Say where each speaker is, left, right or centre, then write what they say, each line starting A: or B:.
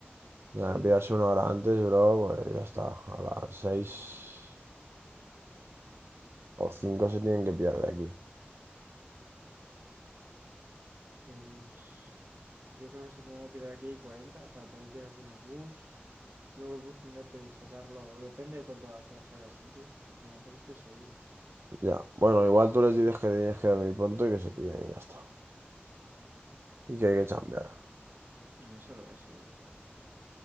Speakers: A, on the right; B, on the right.
A: Tienen
B: Sí.
A: que pillarse una hora antes, bro, pues ya está. A las 6 o 5 se tienen que pillar de aquí.
B: Pues yo creo que se tendría que pirar aquí 40 para poder llegar bien al bus. Luego el bus tendría que sacarlo, o depende de cuánto a qué hora salga su bus, porque tampoco estoy seguro.
A: Ya. Bueno, igual tú les dices que tienes que dormir pronto y que se pillen y ya está. Y que hay que chambear.
B: Y no solo eso, de que,